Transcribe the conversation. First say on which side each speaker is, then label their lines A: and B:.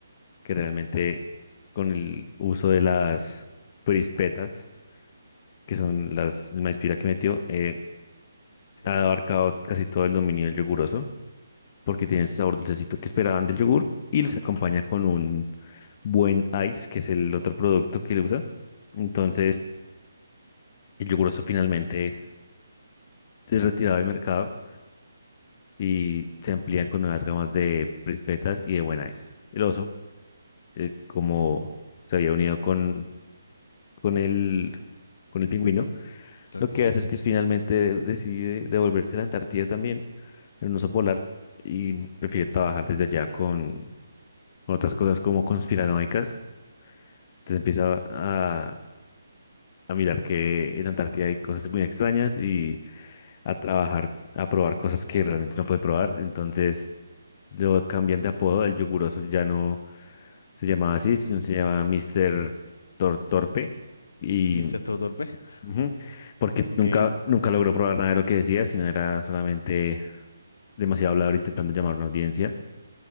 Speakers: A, on the left; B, on the left.
A: que realmente con el uso de las prispetas, que son las el maíz pira que metió, eh,
B: Sí.
A: ha abarcado casi todo el dominio del Yokuroso, porque tiene ese sabor dulcecito que esperaban del yogur y los acompaña con un buen ice, que es el otro producto que él usa. Entonces el Yokuroso finalmente se retiraba del mercado y se amplían con nuevas gamas de prispetas y de buen ice. El oso eh, como se había unido con, con el, con el
B: Pingüino,
A: pingüino,
B: claro
A: lo
B: que
A: que
B: sí.
A: hace es que finalmente decide devolverse a la Antártida también, en un oso polar, y prefiere trabajar desde allá con, con otras cosas como conspiranoicas. Entonces empieza a, a mirar que en Antártida hay cosas muy extrañas y a trabajar, a probar cosas que realmente no puede probar. Entonces lo cambian de apodo, el yoguroso ya no se llamaba así, sino se llama Mr. Tor- Torpe. Y
B: Mister Todo Torpe. <laughs>
A: Ujú, Porque
B: Ok,
A: nunca, nunca logró probar nada de lo que decía, sino era solamente demasiado hablador intentando llamar a una audiencia.